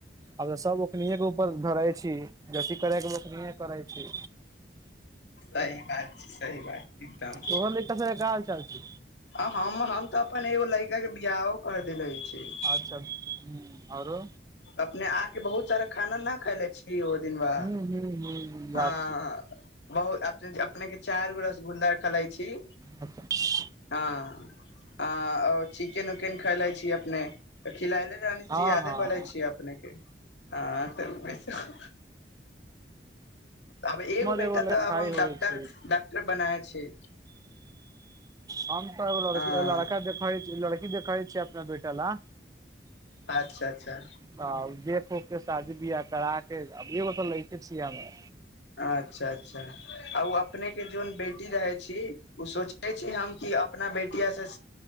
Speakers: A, on the right; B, on the left.
A: आब तै सब ओखनिए के ऊपर धरय छी। <unintelligible> ओखनीए करय छी।
B: सही बात छै, सही बात छै एकदम।
A: तोहर लइका सब के का हाल चाल छै
B: आ हम हम तऽ अपन एगो लड़का के बियाहो कर देले छी।
A: तब हुं आरो
B: अपने आपके बहुत सारा खाना नै खएले छी ओ दिन वाहा
A: हूँ हूँ हूँ याद
B: हँ
A: छै।
B: बहुत अपने -अपने के चारि गो रसगुल्ला खेलाइ छी।
A: अचछा
B: हँ। अ और चिकेन उकेन खले छी अपने खिलायले रहने
A: हँ
B: छी यादे
A: हँ
B: पड़ै छी अपने के हँ। अब
A: हमर
B: एगो बेटा
A: लड़काइ
B: त अब हम
A: होइ
B: डक्टर,
A: छै
B: डॉक्टर बनाए छी।
A: हम त एगो लड़
B: हँ
A: लड़का देखय छियै लड़की देखय छियै अपना बेटा ल।
B: अच्छा- अच्छा।
A: हँ देख उखके शादी बियाह करा के अब एगो त लैके छियै हमरो।
B: अच्छा- अच्छा आ ओ अपने के जोन बेटी रहै छी ओ सोचने छी हम कि अपना बेटियासे